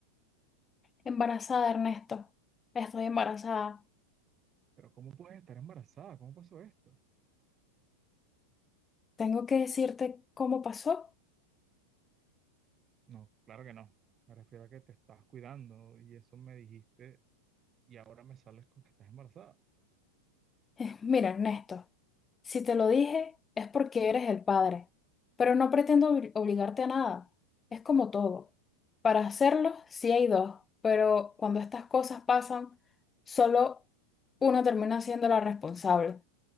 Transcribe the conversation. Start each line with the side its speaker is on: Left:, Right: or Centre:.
Left: Embarazada, Ernesto. Estoy embarazada.
Right: ¿Pero cómo puedes estar embarazada? ¿Cómo pasó esto?
Left: Tengo que decirte cómo pasó.
Right: No, claro que no. Me refiero a que te estás cuidando y eso me dijiste y ahora me sales con que estás embarazada.
Left: <laughs> Mira, Ernesto, si te lo dije es porque eres el padre, pero no pretendo obli- obligarte a nada. Es como todo. Para hacerlo, sí hay dos, pero cuando estas cosas pasan, solo uno termina siendo la responsable.